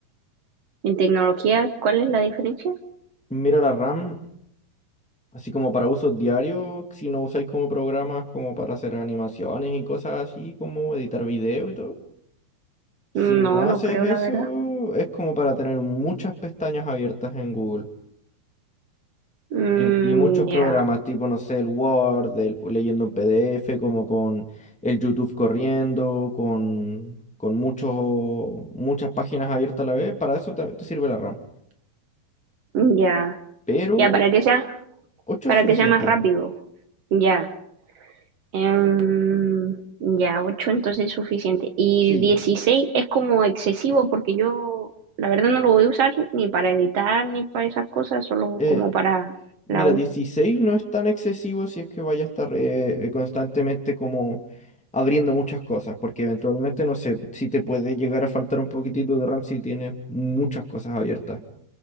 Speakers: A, on the right (about 60°); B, in the centre.
A: en tecnología, ¿cuál es la diferencia?
B: mira la RAM, así como para uso diario, si no usáis como programas como para hacer animaciones y cosas así, como editar video y todo. Si
A: No,
B: no
A: no
B: haces
A: creo,
B: eso,
A: la verdad.
B: es como para tener muchas pestañas abiertas en Google.
A: Mm,
B: Y, y muchos programas,
A: ya,
B: tipo, no sé, el Word, el, leyendo un PDF, como con el YouTube corriendo, con, con muchos, muchas páginas abiertas a la vez. Para eso te, te sirve la RAM.
A: ya,
B: Pero
A: ya, para que sea,
B: 8
A: para
B: es suficiente.
A: que sea más rápido. Ya. Em, ya, 8 entonces es suficiente. Y
B: Sí.
A: 16 es como excesivo porque yo la verdad no lo voy a usar ni para editar ni para esas cosas, solo
B: Eh,
A: como para la
B: Mira,
A: U.
B: 16 no es tan excesivo si es que vaya a estar eh, constantemente como abriendo muchas cosas, porque eventualmente, no sé, si te puede llegar a faltar un poquitito de RAM si tienes muchas cosas abiertas,